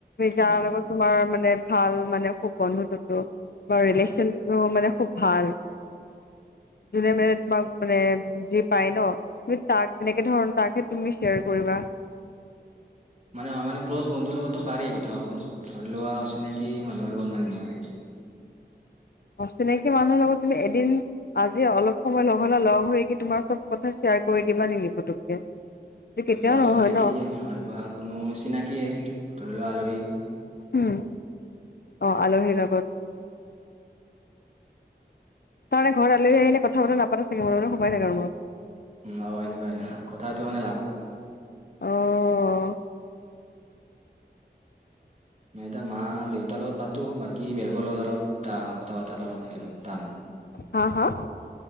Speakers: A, on the left; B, on the right.
A: যাৰ
B: উম
A: লগত তোমাৰ মানে ভাল মানে খুব বন্ধুত্বটো বা ৰিলেচন।
B: হয়
A: কোব ভাল যোনে মানে তোমাক মানে। পাই ন তুমি তাক তেনেকে ধৰণৰ তাকহে তুমি শ্বেয়াৰ কৰিবা।
B: মানে হয় মানে ক্ল'জ বন্ধুৰ লগতো পাৰি কথা <unintelligible> ধৰি লোৱা অচিনাকি মানুহৰ লগত মানে নোৱাৰি।
A: অচিনাকি মানুহৰ লগত তুমি এদিন আজি অলপ সময় লগ হ'লে লগ হৈ কি তোমাৰ চ'ব কথা শ্বেয়াৰ কৰি দিবা নেকি পুতুককে। সেইটো
B: <unintelligible>
A: কেতিয়াও নহয় ন
B: নহয়বা কোনো চিনাকিয়ে ধৰি লোৱা আলহী।
A: উম। অ', আলহীৰ লগত। তাৰ <unintelligible> ঘৰত আলহী আহিলে কথা বতৰা নাপাতা চাগে মনে মনে সোমাই থাকা ৰুমত।
B: অঁ, এনকুৱায়ে। কথাটো মানে <unintelligible>
A: অঁ।
B: নে এতিয়া মা দেউতাৰ লগত পাতো, বাকী বেলেগৰ লগত অলপ কথা বতাত অলপ টান হয়।
A: হা, হা?